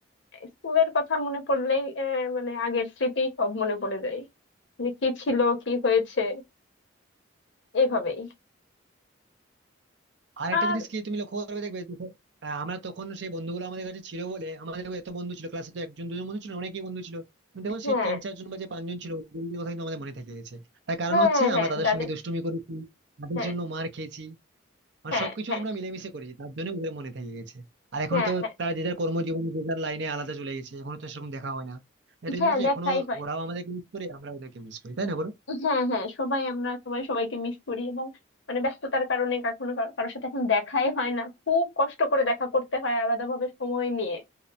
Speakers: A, on the left; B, on the right.
A: স্কুলের কথা মনে পড়লেই আহ, মানে আগের স্মৃতি সব মনে পড়ে যায় যে কি ছিল কি হয়েছে এভাবেই
B: আর একটা
A: আর
B: জিনিস কি তুমি লক্ষ্য করবে দেখবে দেখো, আহ, আমরা তখন সেই বন্ধুগুলো আমাদের কাছে ছিল বলে আমাদের এত বন্ধু ছিল ক্লাসে তো একজন দুজন বন্ধু ছিল না, অনেকেই বন্ধু ছিল কিন্তু দেখো
A: হ্যাঁ
B: সেই তিন চারজন বা যে পাঁচজন ছিল ওদের কথা কিন্তু আমাদের মনে থেকে গেছে তার কারণ
A: হ্যাঁ
B: হচ্ছে
A: হ্যাঁ
B: আমরা তাদের
A: দাদু
B: সঙ্গে দুষ্টুমি করেছি তাদের
A: হ্যাঁ
B: জন্য মার খেয়েছি মানে
A: হ্যাঁ
B: সবকিছু
A: হ্যাঁ
B: আমরা মিলেমিশে করেছি তার জন্য ওদের মনে থেকে গেছে আর এখনো
A: হ্যাঁ
B: তো
A: হ্যাঁ
B: তারা যে যার কর্মজীবনে যে যার লাইনে আলাদা চলে গেছে এখনো তো সেরকম দেখা হয় না এটা
A: হ্যাঁ
B: জিনিস হচ্ছে
A: দেখাই
B: এখনো
A: হয়
B: ওরাও আমাদেরকে মিস করে আমরা ওদেরকে মিস করি তাই না বলো
A: হ্যাঁ হ্যাঁ সবাই আমরা সবাই সবাইকে মিস করি এবং মানে ব্যস্ততার কারণে কখনো কারো- কারোর সাথে এখন দেখাই হয় না খুব কষ্ট করে দেখা করতে হয় আলাদাভাবে সময় নিয়ে